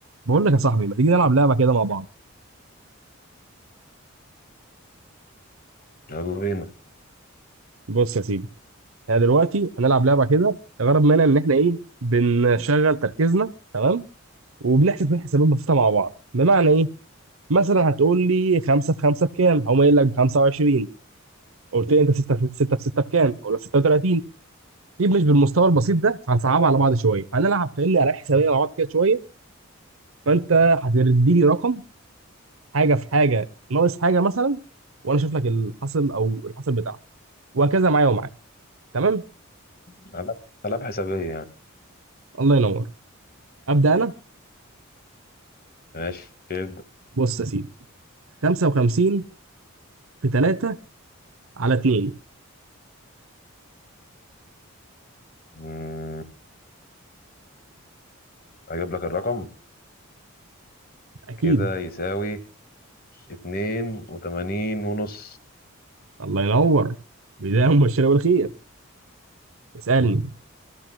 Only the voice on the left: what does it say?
يلا بينا
ألعاب ألعاب حسابية يعني
ماشي ابدأ
مم، أجيب لك الرقم
كده يساوي اتنين وتمانين ونص